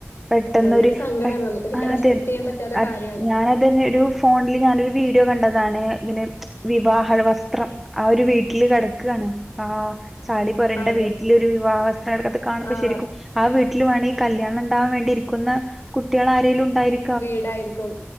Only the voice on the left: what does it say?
ഭയങ്കര സങ്കടാണ്
നമുക്കൊരിക്കലും
അക്സെപ്റ്റ് ചെയ്യാൻ പറ്റാത്ത
കാര്യാണ്
അതെ
ആഹ്
വീടായിരിക്കും,